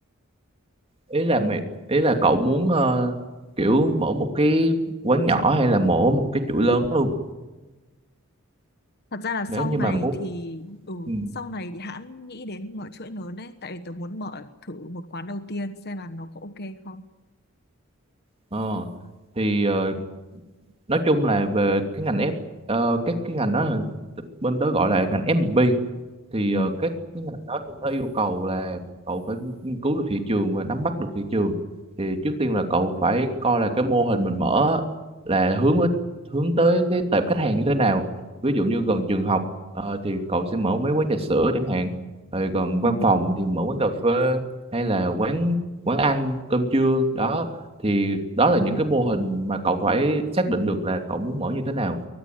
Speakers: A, on the right; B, on the left.
A: ý là mày ý là cậu muốn ờ, kiểu mở một cái quán nhỏ hay là mở một cái chuỗi lớn luôn
B: Thật ra là sau
A: nếu như
B: này
A: mà muốn
B: thì ừ,
A: ừ.
B: sau này thì hãng nghĩ đến mở chuỗi lớn đấy, tại vì tôi muốn mở thử một quán đầu tiên xem là nó có ok không.
A: Ờ, thì ờ, nói chung là về cái ngành F ờ, các cái ngành đó là- bên tớ gọi là ngành F&B thì
B: Ừ.
A: ờ, các cái ngành đó thì nó yêu cầu là cậu phải nghiên cứu được thị trường và nắm bắt được thị trường thì trước tiên là cậu phải coi là cái mô hình mình mở á, là hướng với hướng tới cái tệp khách hàng như thế nào ví dụ như gần trường học ờ, thì cậu sẽ mở mấy quán trà sữa chẳng hạn rồi gần
B: Ừ.
A: văn phòng thì mở quán cà phê hay là quán quán ăn cơm trưa đó thì đó là những cái mô hình mà cậu phải xác định được là cậu muốn mở như thế nào